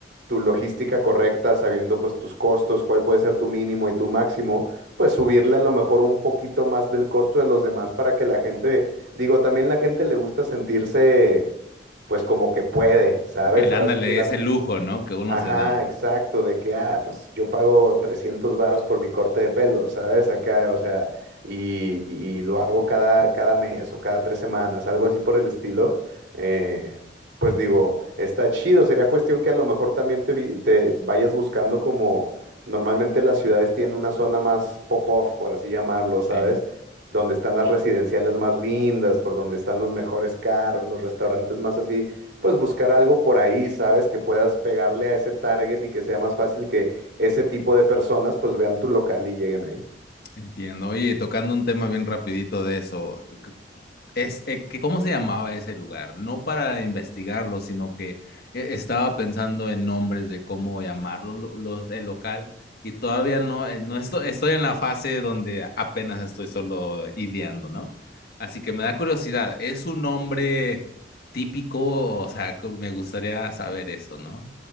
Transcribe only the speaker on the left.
El
ándale,
ese lujo, ¿no? Que uno
se da.
Sí,
entiendo. Oye, tocando un tema bien rapidito de eso, c- es, eh, que ¿cómo se llamaba ese lugar? No para investigarlo, sino que eh, estaba pensando en nombres de cómo llamarlo lo- los, el local y todavía no, eh, no estoy, estoy en la fase donde apenas estoy solo ideando, ¿no? Así que me da curiosidad, ¿es un nombre típico? O sea, co- me gustaría saber eso, ¿no?